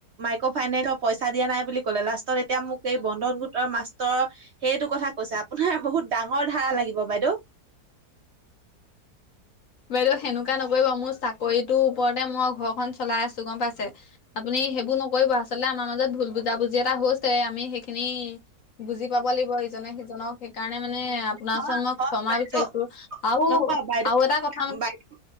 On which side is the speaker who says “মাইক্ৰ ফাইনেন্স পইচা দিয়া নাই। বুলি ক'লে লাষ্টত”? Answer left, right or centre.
Right